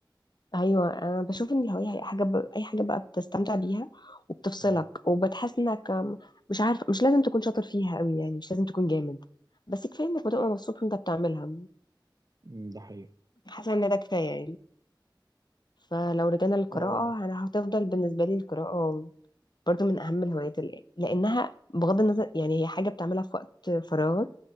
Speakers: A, on the left; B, on the right.
A: ايوه انا بشوف ان الهواية هي حاجة ب... اي حاجة بقى بتستمتع بيها وبتفصلك
B: مم.
A: وبتحس انك آم، مش عارف مش لازم تكون شاطر فيها قوي يعني مش لازم تكون جامد بس كفاية انك بتبقى مبسوط وانت بتعملها
B: مم، ده حقيقي
A: حاسة ان ده كفاية يعني فلو رجعنا للقراءة
B: اه
A: أنا هتفضل بالنسبة لي القراءة برضو من أهم الهوايات اللي لأنها بغض النظر يعني هي حاجة بتعملها في وقت فراغك